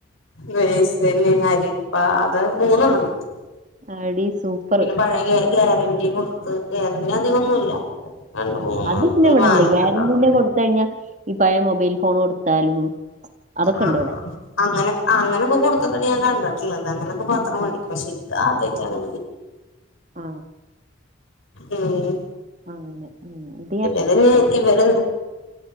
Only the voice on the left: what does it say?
വെയ്സല് അരിപ്പ അത് മൂന്നെണ്ണം കിട്ടും
പിന്നെ പഴയ ഗ്യാരന്ണ്ടി കൊടുത്ത് ഗ്യാരന്ണ്ടി അധികൊന്നുല്ല രണ്ട് മൂന്ന്
ഒരു
നാലൊക്കെ
ഉണ്ടാവും
ആ
അങ്ങനെ അങ്ങനെപ്പ കൊടുത്ത്ക്കണ് കണ്ടിട്ടുള്ളത് അങ്ങനെക്കെ പാത്രം
മേടിക്കും പക്ഷെ ഇത് ആദ്യയ്റ്റാണ്
ഉം
ഇവര് ഇവരന്ന്